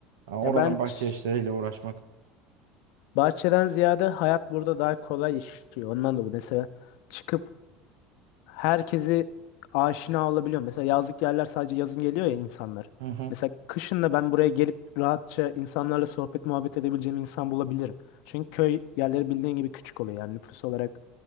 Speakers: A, on the right; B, on the left.
A: Ha, Oranın
B: Ya ben
A: bahçe
B: ç-
A: işleriyle uğraşmak.
B: bahçeden ziyade hayat burada daha kolay işliyor. Ondan dolayı mesela çıkıp herkesi aşina olabiliyor. Mesela yazlık yerler sadece yazın geliyor ya insanlar.
A: Hı hı.
B: Mesela kışın da ben buraya gelip rahatça insanlarla sohbet muhabbet edebileceğim insan bulabilirim. Çünkü köy yerleri bildiğin gibi küçük oluyor. Yani nüfus olarak